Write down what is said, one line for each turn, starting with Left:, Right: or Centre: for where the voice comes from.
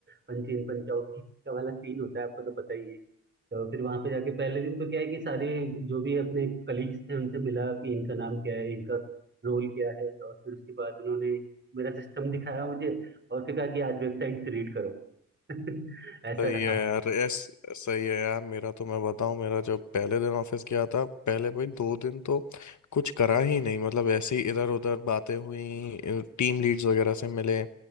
Right: पंच इन पंच आउट का वाला सीन होता है आपको तो पता ही है तो फिर वहाँ पे जाके पहले दिन तो क्या है कि सारे जो भी अपने कलीग्स थे उनसे मिला कि इनका नाम क्या है इनका रोल क्या है और फिर उसके बाद उन्होंने मेरा सिस्टम दिखाया मुझे और फिर कहा कि आज वेबसाइट से रीड करो <laughs> ऐसा
Left: सही
Right: रहा
Left: है यार एस सही है यार मेरा तो मैं बताऊं मेरा जब पहले दिन ऑफिस गया था पहले भाई दो दिन तो कुछ करा ही नहीं मतलब ऐसे ही इधर उधर बातें हुई टीम लीड्स वगैरह से मिले